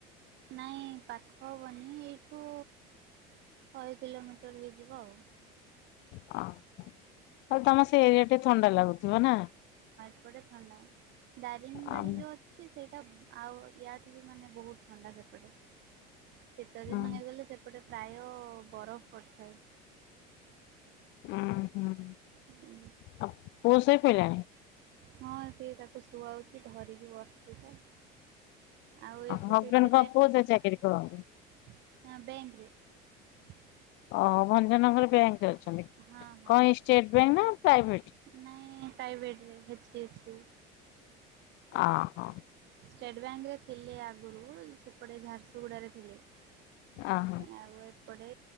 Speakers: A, on the right (about 60°); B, on the left (about 65°).
A: ନାଇଁ ପାଖ ହବନି ଏଇଠୁ ଶହେ କିଲୋମିଟର ହେଇଯିବ ଆଉ।
B: ତାହଲେ ତମର ସେ ଏରିଆ ଟେ ଥଣ୍ଡା ଲାଗୁଥିବ ନା।
A: ଏ ପଟେ ଥଣ୍ଡା ଦାରିଙ୍ଗ ବାଡି
B: ଆଉ
A: ଯୋଉ ଅଛି ସେଇଟା ଆଉ। ୟାଠୁ ବି ମାନେ ବହୁତ ଥଣ୍ଡା ସେପଟେ ଶୀତ ଦିନ
B: ଉଁ
A: ହେଇଗଲେ ସେପଟେ। ପ୍ରାୟ ବରଫ ପଡ଼ିଥାଏ।
B: ହଁ ହୁଁ।
A: ହୁଁ।
B: ଆଉ ପୁଅ ସୋଇ ପଇଲାଣି।
A: ହଁ ସିଏ ତାକୁ ଶୁଆଉଛି ଧରିକି ବସିଛି। ଆଉ ଏ
B: ହଜବେଣ୍ଡ
A: ସେଥିପାଇଁ
B: କଣ କୋଉଥିରେ
A: ମ ହ
B: ଚାକିରି କରନ୍ତି?
A: ବେଙ୍କ ରେ।
B: ଓହ ଭଞ୍ଜନଗର ବ୍ୟାଙ୍କ ଅଛି। ଅଛନ୍ତି।
A: ହଁ ହଁ
B: କଣ ଏଇ ଷ୍ଟେଟ ପ୍ରାଇଭେଟ?
A: ନାଇଁ ପ୍ରାଇଭେଟରେ। ଟିପ୍ସ।
B: ଆ ହ।
A: ଷ୍ଟେଟ ବ୍ୟାଙ୍କ ରେ ଥିଲେ ଆଗରୁ ସେପଟେ ଝାରସୁଗୁଡ ରେ ଥିଲେ। ଆଉ
B: ଅହ
A: ଏ। ଏପଟେ